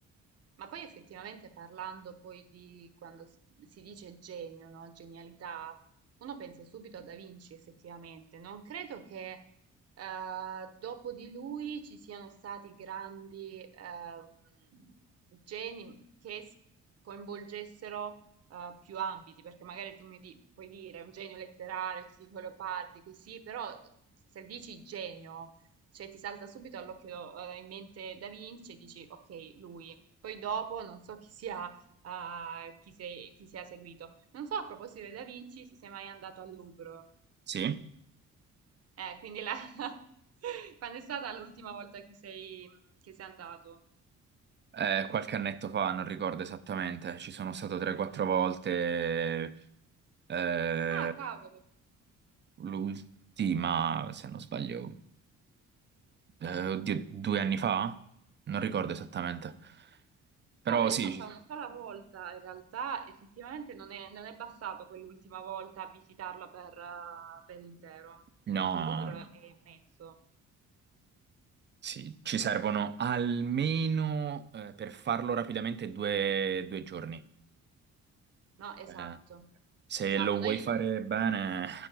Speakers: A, on the right (about 55°); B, on the right (about 35°).
A: Ma poi effettivamente parlando poi di quando si si dice genio, no? Genialità, uno pensa subito a Da Vinci effettivamente. Non credo che eh, dopo di lui ci siano stati grandi ehm, geni che s- coinvolgessero eh, più ambiti, perché magari tu mi di- puoi dire un genio letterario, ti dico Leopardi, così, però se dici genio, cioè ti salta subito all'occhio, eh, in mente Da Vinci e dici ok, lui. Poi dopo non so chi sia, eh, chi sei- chi sia seguito. Non so a proposito di Da Vinci se sei mai andato al Louvre.
B: Sì,
A: Eh, quindi la- <laughs> quando è stata l'ultima volta che sei, che sei andato?
B: Eh, qualche annetto fa, non ricordo esattamente, ci sono stato 3-4 volte, eh,
A: Ah, cavolo.
B: l'ultima, se non sbaglio, Eh, oddio, due anni fa? Non ricordo esattamente. Però
A: Cavolo, io
B: sì,
A: sono
B: ci-
A: stata una sola volta, in realtà effettivamente non è, non è bastato quell'ultima volta a visitarla per, eh, per intero,
B: no,
A: perché il Louvre è immenso.
B: sì, ci servono almeno eh, per farlo rapidamente due, due giorni.
A: No, esatto.
B: Eh, se
A: Esatto,
B: lo
A: noi
B: vuoi fare bene,